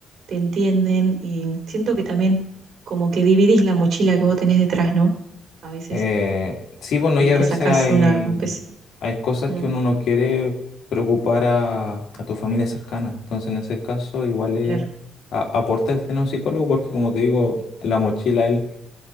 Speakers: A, on the right; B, on the left.
A: te entienden y siento que también como que dividís la mochila que vos tenés detrás, ¿no? A veces
B: Eh, sí, bueno,
A: y
B: y a
A: te
B: veces
A: sacás
B: hay,
A: una, un pez.
B: hay cosas
A: Mm,
B: que uno no quiere preocupar a, a tu familia cercana. Entonces, en ese caso, igual es,
A: claro,
B: a- aporta el tener un psicólogo porque, como te digo, la mochila, él,